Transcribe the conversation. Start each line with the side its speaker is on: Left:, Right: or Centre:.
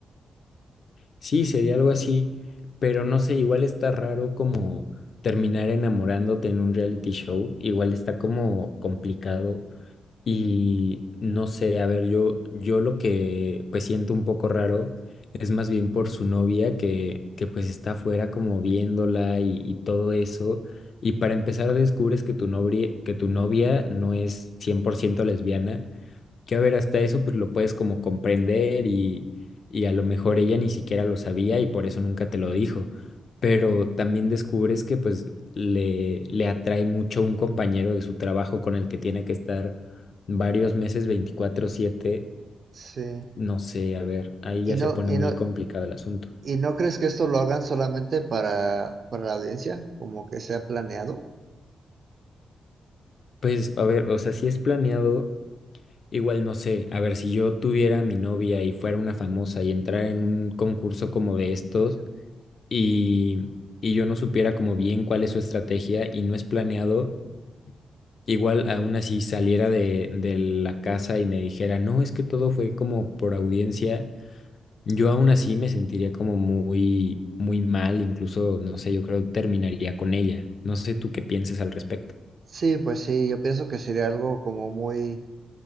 Left: Sí, sería algo así, pero no sé, igual está raro como terminar enamorándote en un reality show, igual está como complicado y no sé, a ver, yo, yo lo que pues siento un poco raro es más bien por su novia que, que pues está afuera como viéndola y, y todo eso, y para empezar descubres que tu novia, que tu novia no es 100% lesbiana que a ver, hasta eso pues lo puedes como comprender y, y a lo mejor ella ni siquiera lo sabía y por eso nunca te lo dijo. Pero también descubres que pues le, le atrae mucho un compañero de su trabajo con el que tiene que estar varios meses 24/7.
Right: Sí.
Left: No sé, a ver, ahí
Right: ¿Y
Left: ya
Right: no,
Left: se pone
Right: y
Left: muy
Right: no,
Left: complicado el asunto.
Right: y no crees que esto lo hagan solamente para, para la audiencia? ¿Como que sea planeado?
Left: Pues a ver, o sea, si es planeado, igual no sé, a ver, si yo tuviera a mi novia y fuera una famosa y entrara en un concurso como de estos. y, y yo no supiera como bien cuál es su estrategia y no es planeado, igual aún así saliera de, de la casa y me dijera, no, es que todo fue como por audiencia, yo aún así me sentiría como muy, muy mal, incluso, no sé, yo creo terminaría con ella. No sé tú qué pienses al respecto.
Right: Sí, pues sí, yo pienso que sería algo como muy